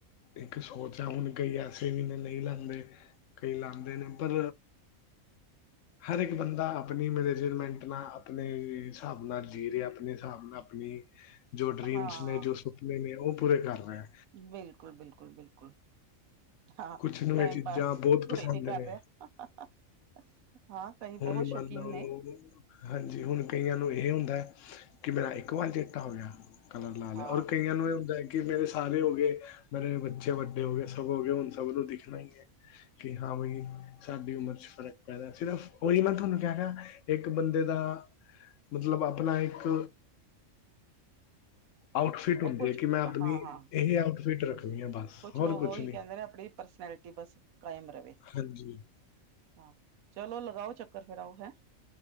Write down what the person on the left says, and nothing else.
ਇੱਕ ਸੋਚ ਆ ਹੁਣ ਕਈ ਐਸੇ ਵੀ ਨਹੀਂ ਲਾਂਉਦੇ ਕਈ ਲਾਉਦੇ ਨੇ ਪਰ ਹਰ ਇੱਕ ਬੰਦਾ ਆਪਣੀ ਮੈਨੇਜਰਮੈਂਟ ਨਾਲ ਆਪਣੇ ਹਿਸਾਬ ਨਾਲ ਜੀ ਰਿਹਾ ਆਪਣੇ ਹਿਸਾਬ ਨਾਲ ਜੋ ਡ੍ਰੀਮ
ਨੇ, ਜੋ ਸੁਪਨੇ ਨੇ ਉਹ ਪੂਰੇ ਕਰ ਰਹੀਆ
ਕੁਛ ਨੂੰ
ਇਹ ਚੀਜ਼ਾਂ
ਬਹੁਤ
ਪਸੰਦ
ਨੇ
ਹੁਣ
ਮੰਨ ਲਓ
ਹਾਂਜੀ ਹੁਣ ਕਈਆਂ ਨੂੰ ਇਹ ਹੁੰਦਾ ਹੈ ਕਿ ਮੇਰਾ ਇੱਕ ਵਾਲ ਚਿੱਟਾ ਹੋ ਗਿਆ। ਕਲਰ ਲਾ
ਲਿਆ। ਔਰ ਕਈਆਂ ਨੂੰ ਏ ਹੁੰਦਾ ਕਿ ਮੇਰੇ ਸਾਰੇ ਹੋ ਗਏ, ਮੇਰੇ ਬੱਚੇ ਵੱਡੇ ਹੋ ਗਏ ਸਭ ਹੋ ਗਏ ਹੁਣ ਸਭ ਨੂੰ ਦਿਖਣਾ ਹੀ ਹੈ ਕਿ ਹਾਂ ਬਈ ਸਾਡੀ ਉਮਰ ਚ ਫ਼ਰਕ ਪੈਦਾ ਸਿਰਫ ਉਹੀ ਮੈਂ ਤੁਹਾਨੂੰ ਕਹਿ ਰਿਹਾ ਇੱਕ ਬੰਦੇ ਦਾ ਮਤਲਬ ਆਪਣਾ ਇੱਕ ਆਊਟਫਿਟ
ਹੁੰਦੀ
ਹੈ ਕਿ ਮੈਂ ਆਪਣੀ
ਇਹ ਆਊਟਫਿਟ ਰੱਖਣੀ ਆ ਬਸ।
ਹੋਰ
ਨਹੀਂ
ਹਾਂਜੀ